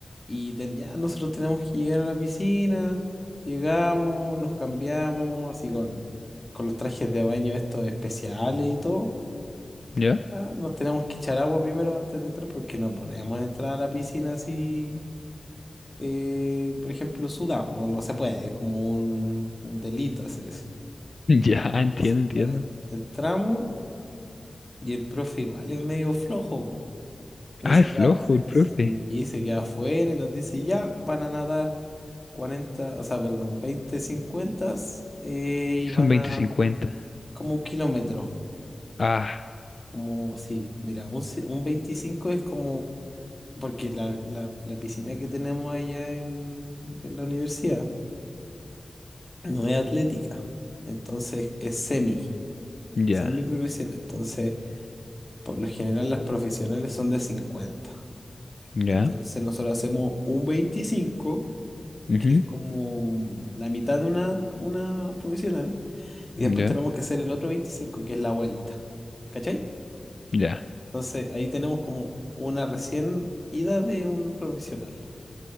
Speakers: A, on the left (about 25°); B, on the left (about 55°).
A: y ten- ya nosotros tenemos que llegar a la piscina, llegamos, nos cambiamos, así con, con los trajes de baño estos especiales y todo.
B: ¿Ya?
A: Ah, Nos tenemos que echar agua primero antes de entrar porque no podemos entrar a la piscina así, eh, por ejemplo, sudado. No, no se puede, es como un, un delito hacer eso.
B: <laughs> Ya, entiendo,
A: Entonces
B: entiendo.
A: ya entramos y el profe igual es medio flojo. Y
B: Ah,
A: se
B: es flojo
A: queda, se-
B: el profe.
A: sí, y se queda afuera y nos dice, ya, van a nadar cuarenta o sea, perdón, veinte 50 eh,
B: Que
A: y van
B: son veinte
A: a
B: cincuenta
A: como un kilómetro.
B: Ah.
A: Como, sí, mira, un, ci- un veinticinco es como porque la, la- la piscina que tenemos allá en, en la universidad no es atlética, entonces es semi,
B: Ya.
A: semi profesional. Entonces, por lo general, las profesionales son de cincuenta
B: Ya.
A: Y Entonces, nosotros hacemos un 25
B: Ujú.
A: que es como la mitad de una, una profesional, y
B: Ya.
A: después tenemos que hacer el otro 25 que es la vuelta. ¿Cachai?
B: Ya.
A: Entonces, ahí tenemos como una recién ida de un profesional.